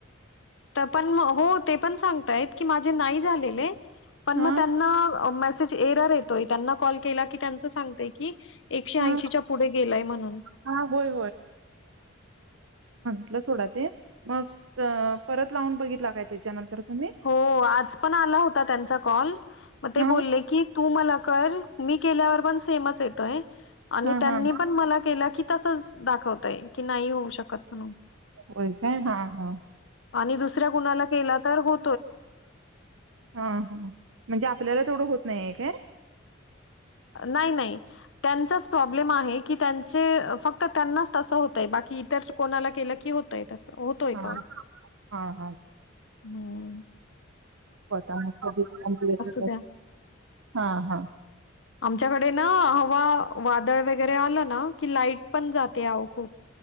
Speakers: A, on the left (about 65°); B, on the right (about 85°).
A: तर पण हो ते पण सांगतायेत की माझे नाही झालेले पण
B: हां.
A: म त्यांना मल असच एरर येतोय. त्यांना कॉल केला की त्याच सांगतय की एकशे
B: हां.
A: ऐशीच्या पुढे गेलय म्हणून
B: हां, होय, कुठले सोड ते मग परत लावून बघित काय त्याच्यानंतर तुम्ही?
A: हो आज पण आला होता त्यांचा कॉल मग ते
B: हां.
A: बोलले की तू मला कर मी केल्यावर पण सेमच येतोय आणि
B: हां,
A: त्यांनी
B: हां.
A: पण मला केला की तसच दाखवतय. की नाही होऊ शकत म्हणून
B: होय काय? हां, हां.
A: आणि दुसऱ्या कुणाला केला तर हो
B: हा हा म्हणजे आपल्याला तेवढं होत नाही काय.
A: नाही नाही त्यांचाच प्रॉब्लेम आहे की त्यांचे फक्त त्यांनाच तसं होतय बाकी इतर कोणाला केलं की होतय. तस होतोय
B: हां.
A: कॉल
B: हां,
A: हो.
B: <inaudible>
A: द्या.
B: हा हा
A: आमच्याकडे ना हवा वादळ वगैरे आलं ना की लाईट पण जाते अहो खूप